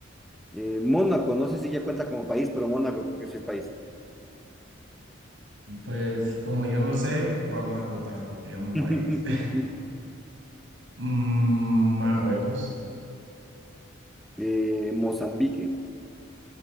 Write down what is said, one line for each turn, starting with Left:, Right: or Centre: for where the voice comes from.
Centre: eh, Mónaco, no sé si ya cuenta como país, pero Mónaco creo que sí es país.
Right: Pues como yo no sé, vamos a contar lo que es un país.
Centre: <laughs>
Right: <laughs> Mm, Marruecos,
Centre: Eh, Mozambique.